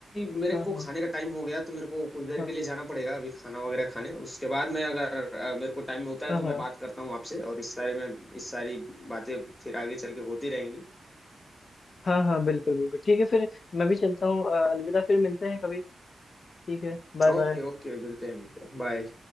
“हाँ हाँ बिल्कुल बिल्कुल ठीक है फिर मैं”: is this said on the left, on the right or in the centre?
Left